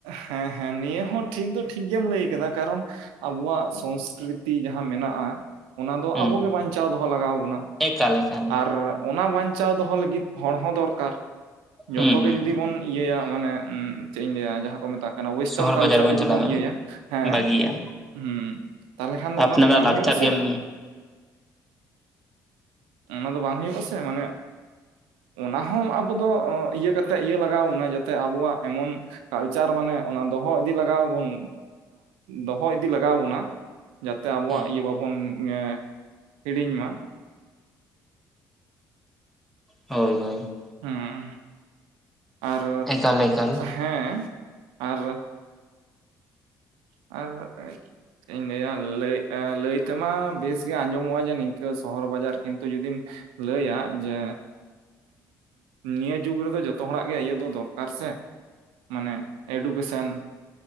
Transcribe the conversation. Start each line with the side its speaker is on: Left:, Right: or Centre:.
Right: ᱦᱮᱸ ᱦᱮᱸ ᱱᱤᱭᱟᱹ ᱦᱚᱸ ᱴᱷᱤᱠ ᱫᱚ ᱴᱷᱤᱠ ᱜᱮᱢ ᱞᱟᱹᱭ ᱟᱠᱟᱫᱟ ᱠᱟᱨᱚᱱ ᱟᱵᱚᱣᱟᱜ ᱥᱚᱸ ᱥᱠᱨᱤᱛᱤ ᱡᱟᱦᱟᱸ ᱢᱮᱱᱟᱜᱼᱟ ᱚᱱᱟ ᱫᱚ
Centre: ᱦᱩᱸ
Right: ᱟᱵᱚ ᱜᱮ ᱵᱟᱧᱪᱟᱣ ᱫᱚᱦᱚ ᱞᱟᱜᱟᱣ ᱟᱵᱚᱱᱟ
Centre: ᱮᱠᱟᱞ ᱮᱠᱟᱞ
Right: ᱟᱨ ᱚᱱᱟ ᱵᱟᱧᱪᱟᱣ ᱫᱚᱦᱚ ᱞᱟᱹᱜᱤᱫ ᱦᱚᱲ ᱦᱚᱸ ᱫᱚᱨᱠᱟᱨ ᱡᱚᱛᱚ
Centre: ᱦᱩᱸ
Right: ᱜᱮ
Centre: ᱦᱩᱸ
Right: ᱡᱩᱫᱤ ᱵᱚᱱ ᱤᱭᱟᱹᱭᱟ ᱢᱟᱱᱮ ᱩᱢ ᱪᱮᱫ ᱤᱧ ᱞᱟᱹᱭᱟ ᱡᱟᱦᱟᱸ ᱠᱚ ᱢᱮᱛᱟᱜ <unintelligible> ᱳᱭᱮᱥᱴᱟᱨᱱ
Centre: ᱥᱚᱦᱚᱨ
Right: ᱠᱟᱞᱪᱟᱨ
Centre: ᱵᱟᱡᱟᱨ
Right: ᱡᱩᱫᱤ
Centre: ᱪᱟᱞᱟᱜᱼᱟ
Right: ᱵᱚᱱ ᱤᱭᱟᱹᱭᱟ ᱦᱮᱸ
Centre: ᱵᱟᱹᱜᱤᱭᱟ
Right: ᱦᱩᱢ ᱛᱟᱞᱦᱮ ᱠᱷᱟᱱ ᱫᱚ
Centre: ᱟᱯᱱᱟᱨᱟᱜ
Right: ᱚᱱᱟ ᱫᱚ ᱵᱟᱝ
Centre: ᱞᱟᱠᱪᱟᱨ
Right: ᱦᱳᱭᱳᱜ-ᱟ ᱥᱮ
Centre: ᱜᱮᱢ
Right: ᱚᱱᱟ ᱫᱚ ᱵᱟᱝ ᱦᱳᱭᱳᱜᱼᱟ ᱥᱮ ᱢᱟᱱᱮ ᱚᱱᱟᱦᱚ ᱟᱵᱚ ᱫᱚ ᱤᱭᱟᱹ ᱠᱟᱛᱮ ᱤᱭᱟᱹ ᱞᱟᱜᱟᱣ ᱟᱵᱚᱱᱟ ᱡᱟᱛᱮ ᱟᱵᱚᱣᱟᱜ ᱮᱢᱚᱱ ᱠᱟᱞᱪᱟᱨ ᱢᱟᱱᱮ ᱚᱱᱟ ᱫᱚᱦᱚ ᱤᱫᱤ ᱞᱟᱜᱟᱣᱟᱵᱚᱱ ᱫᱚᱦᱚ ᱤᱫᱤ ᱞᱟᱜᱟᱣ ᱵᱚᱱᱟ ᱡᱟᱛᱮ ᱟᱵᱚᱣᱟᱜ
Centre: ᱦᱮᱸ
Right: ᱤᱭᱟᱹ ᱵᱟᱵᱚᱱ ᱮ ᱦᱤᱲᱤᱧ ᱢᱟ᱾
Centre: ᱦᱳᱭ ᱦᱳᱭ᱾
Right: ᱦᱩᱸ ᱟᱨ
Centre: ᱮᱠᱟᱞ ᱮᱠᱟᱞ
Right: ᱦᱮᱸ ᱟᱨ ᱟᱨ ᱪᱮᱫ ᱤᱧ ᱞᱟᱹᱭᱟ ᱞᱟᱹᱭ ᱞᱟᱹᱭ ᱛᱮᱢᱟ ᱵᱮᱥᱜᱮ ᱟᱸᱡᱚᱢᱚᱜᱼᱟ ᱡᱟᱱᱤᱡ ᱱᱤᱝᱠᱟᱹ ᱥᱚᱦᱚᱨ ᱵᱟᱡᱟᱨ ᱠᱤᱱᱛᱩ ᱡᱩᱫᱤᱢ ᱞᱟᱹᱭᱟ ᱡᱮ ᱱᱤᱭᱟᱹ ᱡᱩᱜᱽ ᱨᱮᱫᱚ ᱡᱚᱛᱚ ᱦᱚᱲᱟᱜ ᱜᱮ ᱤᱭᱟᱹ ᱫᱚ ᱫᱚᱨᱠᱟᱨ ᱥᱮ ᱢᱟᱱᱮ ᱮᱰᱩᱠᱮᱥᱮᱱ